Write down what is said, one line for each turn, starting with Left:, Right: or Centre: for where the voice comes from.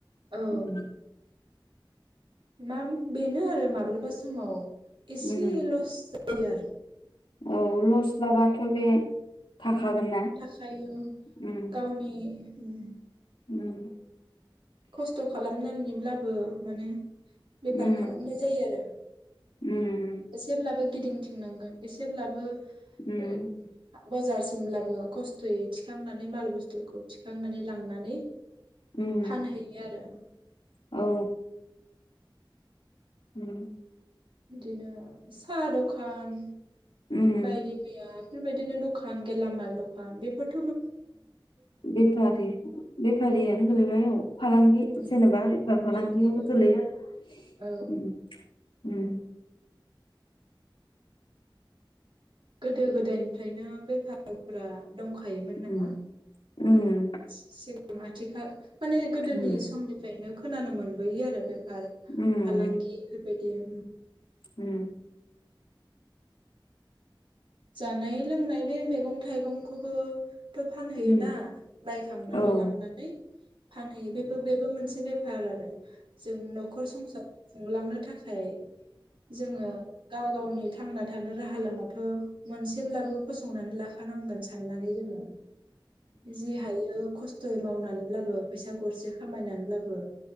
Right: औ
Left: उम
Right: मा बेनो आरो माब्लाबा समाव एसे
Left: उम
Right: लस जायो आरो
Left: औ लस लाबाथ' बे थाखागोन
Right: उम
Left: ना
Right: थाखायो ओम
Left: उम
Right: गावनि उम
Left: उम
Right: खस्थ' खालामनानैब्लाबो माने बेफार
Left: उम
Right: खालामनाय जायो आरो
Left: उम
Right: एसेब्लाबो गिदिंथिंनांगोन एसेब्लाबो
Left: उम
Right: ए बाजारसिमब्लाबो खस्थ'यै थिखांनानै माल बुस्थुखौ थिखांनानै लांनानै
Left: उम
Right: फानहैयो आरो
Left: औ उम
Right: बिदिनो साहा दखान
Left: उम
Right: बायदि मैया बेबायदिनो दखान गेलामाल दखान बेफोर
Left: बेफारि बेफारियानो
Right: उम
Left: गोलैबाय औ फालांगि
Right: उम
Left: जेनबा बेफार फालांगियाव
Right: फालांगि औ
Left: गोलैया
Right: औ
Left: उम उम
Right: गोदो गोदायनिफ्रायनो बेफारफ्रा दंखोमोन नामा
Left: उम उम
Right: <inaudible> थिखा माने गोदोनि
Left: उम
Right: समनिफ्राय नो खोनानो मोनबोयो आरो बे फार
Left: उम
Right: फालांगि फोरबायदि उम
Left: उम
Right: जानाय लोंनाय बे मैगं थाइगंखौबो थ' फानहैयोना
Left: उम
Right: बायखांनानै
Left: औ
Right: लांनानै फानहैयो बेबो बेबो मोनसे से बेफार आरो जों न'खर संसार हुंलांनो थाखाय जोङो गाव गावनि थांना थानो राहा लामाथ' मोनसेब्लाबो फसंनानै लाखानांगोन साननानै जोङो जि हायो खस थ'यै मावनानैब्लाबो फैसा गरसे खामायनानैब्लाबो